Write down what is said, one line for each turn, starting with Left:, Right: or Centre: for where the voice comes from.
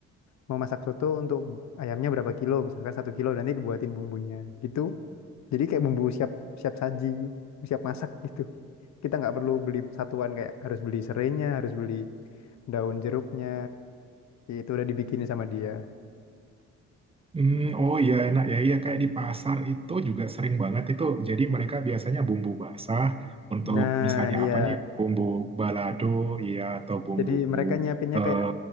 Left: mau masak soto untuk ayamnya berapa kilo misalkan satu kilo nanti dibuatin bumbunya gitu. Jadi kayak bumbu siap siap saji, siap masak gitu. Kita nggak perlu beli satuan kayak harus beli serainya, harus beli daun jeruknya. Itu udah dibikinin sama dia.
Right: Hmm, oh iya enak ya. Iya kayak di pasar itu juga sering banget itu. Jadi mereka biasanya bumbu basah untuk
Left: Nah,
Right: misalnya
Left: iya.
Right: apa nih? Bumbu balado, iya atau bumbu
Left: Jadi mereka nyiapinnya
Right: eh,
Left: kayak